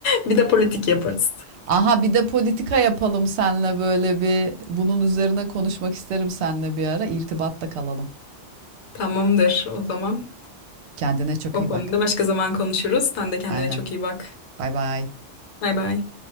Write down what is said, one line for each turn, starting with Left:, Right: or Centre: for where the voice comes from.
Left: Bir de politik yaparız.
Right: <laughs> Aha bir de politika yapalım seninle böyle bir bunun üzerine konuşmak isterim seninle bir ara. İrtibatta kalalım.
Left: Tamamdır o zaman.
Right: Kendine çok
Left: O
Right: iyi
Left: konuda
Right: bak.
Left: başka zaman konuşuruz. Sen de kendine
Right: Aynen.
Left: çok iyi bak.
Right: Bay bay.
Left: Bay bay.